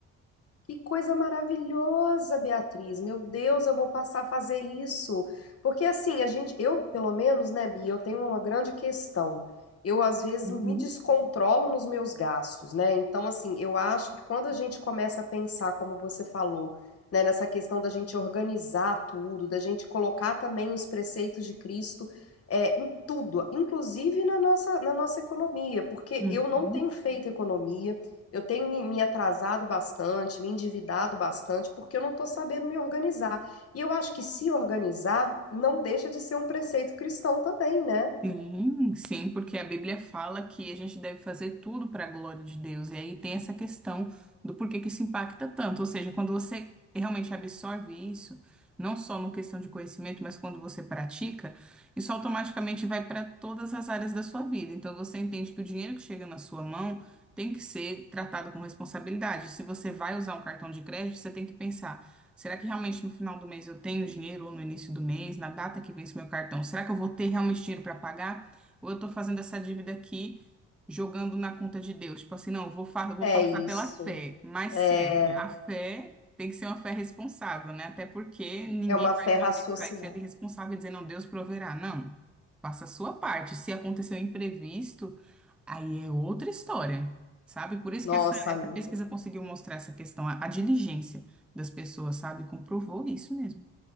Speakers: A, on the left (about 50°); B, in the centre.
A: Que coisa maravilhosa, Beatriz. Meu Deus, eu vou passar a fazer isso. Porque assim, a gente, eu, pelo menos, né, Bia, eu tenho uma grande questão. Eu às vezes
B: Uhum.
A: me descontrolo nos meus gastos, né? Então, assim, eu acho que quando a gente começa a pensar, como você falou, né, nessa questão da gente organizar tudo, da gente colocar também os preceitos de Cristo, é, em tudo, inclusive na nossa, na nossa economia, porque
B: Uhum.
A: eu não tenho feito economia. Eu tenho me, me atrasado bastante, me endividado bastante, porque eu não estou sabendo me organizar. E eu acho que se organizar não deixa de ser um preceito cristão também, né?
B: Sim, sim, porque a Bíblia fala que a gente deve fazer tudo para a glória de Deus. E aí tem essa questão do porquê que isso impacta tanto. Ou seja, quando você realmente absorve isso, não só no questão de conhecimento, mas quando você pratica, isso automaticamente vai para todas as áreas da sua vida. Então você entende que o dinheiro que chega na sua mão tem que ser tratado com responsabilidade. Se você vai usar um cartão de crédito, você tem que pensar. Será que realmente no final do mês eu tenho dinheiro ou no início do mês, na data que vence meu cartão? Será que eu vou ter realmente dinheiro para pagar? Ou eu estou fazendo essa dívida aqui jogando na conta de Deus? Tipo assim, não, eu vou, fa- eu vou
A: É
B: passar
A: isso.
B: pela fé. Mas
A: É,
B: certo, a fé tem que ser uma fé responsável, né? Até porque ninguém
A: é uma fé
B: vai
A: raciocinada.
B: poder sair sendo irresponsável e dizer, não, Deus proverá. Não. Faça a sua parte. Se acontecer um imprevisto, Aí é outra história, sabe? Por isso
A: Nossa,
B: que essa, essa
A: amiga.
B: pesquisa conseguiu mostrar essa questão, a, a diligência das pessoas, sabe? Comprovou isso mesmo.